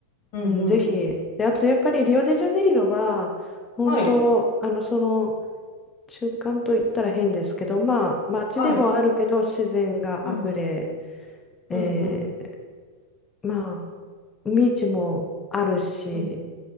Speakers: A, on the left (about 45°); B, on the left (about 15°).
A: うん、
B: うん、
A: うん、
B: ぜひ。で、あとやっぱりリオデジャネイロは、本当、
A: はい、
B: あの、その、中間と言ったら変ですけど、まあ、街でもあるけど、
A: はい、
B: 自然があふれ、
A: うん、
B: えー
A: うん、うん、
B: まあ、ビーチもあるし、
A: うん、